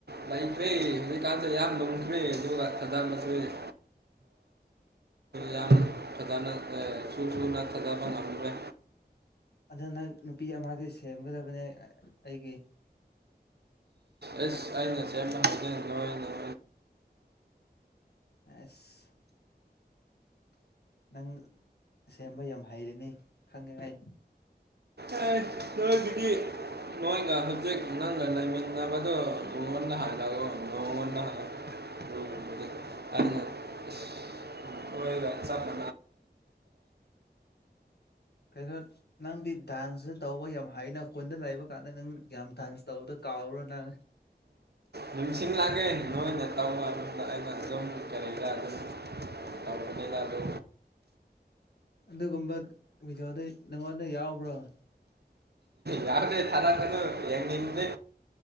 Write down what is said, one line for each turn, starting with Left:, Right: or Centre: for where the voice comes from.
Right: ꯐꯩ ꯐꯩ ꯍꯧꯖꯤꯛꯀꯥꯟꯁꯤ ꯌꯥꯝꯌꯥꯝ ꯂꯨꯈꯔ ꯑꯗꯨꯒ ꯊꯗꯥ ꯃꯁꯨꯨꯁꯤ ꯌꯥꯝ ꯐꯖꯅ ꯁꯨ ꯆꯨꯅ ꯊꯥꯖꯕ ꯉꯝꯗ꯭ꯔꯦ
Left: ꯑꯗꯨ ꯅꯪꯅ ꯅꯨꯄꯤ ꯑꯃꯗꯤ ꯁꯦꯝꯒꯗꯕꯅꯤ ꯑꯩꯒꯤ
Right: ꯑꯦꯁ ꯑꯩ ꯉꯁ ꯑꯃ ꯍꯥꯏꯖ ꯅꯣꯏ <inaudible>
Left: ꯑꯁ ꯅꯪ ꯁꯦꯝꯕ ꯌꯥꯝ ꯍꯩꯔꯅꯤ ꯈꯪꯉꯦ ꯑꯩ
Right: ꯑꯥꯏ ꯀꯗꯥꯏꯗꯒꯤ ꯅꯣꯏꯒ ꯍꯧꯖꯤꯛ ꯅꯪꯒ ꯂꯩꯃꯤꯟꯅꯕꯗꯣ ꯃꯉꯣꯟꯗ ꯍꯥꯏꯂꯑꯣ ꯃꯉꯣꯟꯗ
Left: ꯎ <inaudible>
Right: ꯑ ꯍꯣꯏ ꯆꯄ
Left: ꯀꯩꯅꯩꯅꯣ ꯅꯪꯗꯤ ꯗꯥꯟꯁꯨ ꯇꯧꯕ ꯌꯥꯝ ꯍꯩꯅꯥ ꯈꯨꯟꯗ ꯂꯩꯕ ꯀꯥꯟꯗ ꯅꯪ ꯌꯥꯝ ꯗꯥꯟꯁ ꯇꯧꯕꯗꯣ ꯀꯥꯎꯔꯣ ꯅꯪ?
Right: ꯅꯤꯡꯁꯤꯡꯜꯂꯛꯑꯒꯦ ꯅꯣꯏꯅ ꯇꯧ ꯍꯥꯏꯕꯗ ꯑꯩꯅ ꯑꯗꯨꯝ ꯀꯔꯤ ꯀꯔꯥ ꯑꯗꯨꯝ ꯇ ꯌꯥꯗꯣ
Left: ꯑꯗꯨꯒꯨꯝꯕ ꯚꯗꯤꯑꯣꯗꯨ ꯅꯪꯉꯣꯟꯗ ꯌꯥꯎꯕ꯭ꯔꯣ?
Right: ꯌꯥꯔꯅꯦꯦ ꯊꯔ ꯊꯅꯣ ꯌꯦꯡꯅꯤꯗꯦ